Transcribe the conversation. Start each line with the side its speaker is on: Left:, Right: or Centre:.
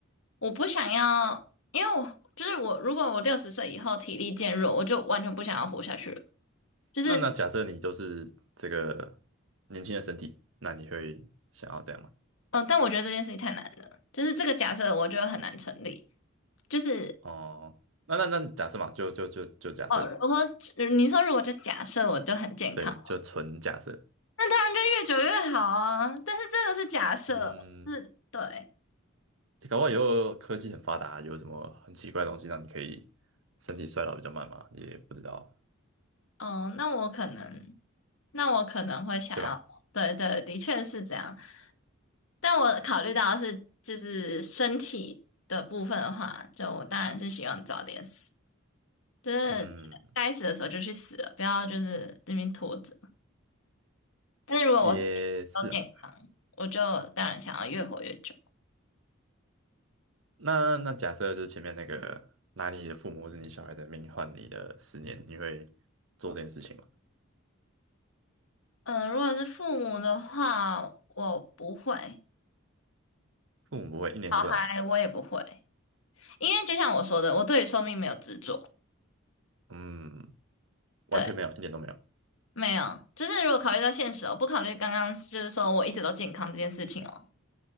Left: 我不想要，因为我就是我，如果我六十岁以后体力渐弱，我就完全不想要活下去了。就是
Right: 那那假设你就是这个年轻的身体，那你会想要这样吗？
Left: 嗯、呃但我觉得这件事情太难了，就是这个假设我觉得很难成立。就是
Right: 哦，那那那假设嘛，就就就就假设，
Left: 哦，如果呃你说如果就假设我就很健康。
Right: 对，就纯假设，
Left: 那当然就越久越好啊。但是这个是假设，
Right: 嗯，
Left: 是对，
Right: 搞不好以后科技很发达，有什么很奇怪的东西让你可以身体衰老比较慢嘛，也不知道，
Left: 嗯，那我可能，那我可能会想要，
Right: 对吧？
Left: 对对，的确是这样。但我考虑到的是就是身体的部分的话，就我当然是希望早点死，就是该死的时候就去死了，
Right: 嗯，
Left: 不要就是这边拖着。但是如果我是
Right: 也是啊。
Left: o 点，我就当然想要越活越久。
Right: 那那假设就是前面那个拿你的父母或是你小孩的命换你的十年，你会做这件事情吗？
Left: 嗯、如果是父母的话，我不会，
Right: 父母不会一点都不拿，
Left: 小孩我也不会。因为就像我说的，我对于寿命没有执着，
Right: 嗯，完全没有，
Left: 对，
Right: 一点都没有。
Left: 没有，就是如果考虑到现实哦，不考虑刚刚就是说我一直都健康这件事情哦，